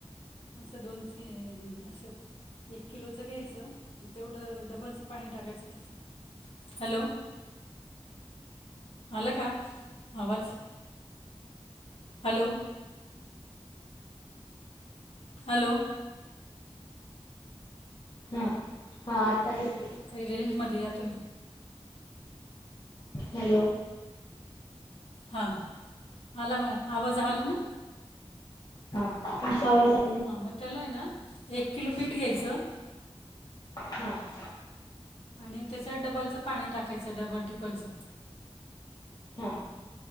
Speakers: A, on the left; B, on the left.
A: असं दोन शे एक किलोचं घ्यायचं. तेवढं डबलचं पाणी टाकायचं त्याच्यात, हॅलो आला का आवाज? Hello hello.
B: हा हा आता येतो
A: काही रेंजमध्ये या तुम्ही.
B: हॅलो.
A: हा आला मला, आवाज ना?
B: हा तुमचा आवाज <unintelligible>
A: हां मग त्याला आहे ना एक किलो पीठ घ्यायचं
B: हा.
A: आणि त्याचं डबलचं पाणी टाकायचं डबल ट्रिपलचं.
B: हा.